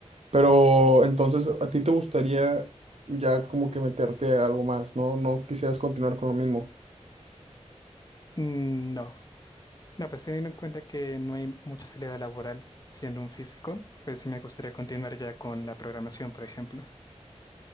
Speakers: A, on the right; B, on the left.
A: Pero entonces, ¿a ti te gustaría ya como que meterte a algo más, ¿no? No quisieras continuar con lo mismo.
B: Mm, No, No, pues teniendo en cuenta que no hay mucha salida laboral siendo un físico, pues sí me gustaría continuar ya con la programación, por ejemplo.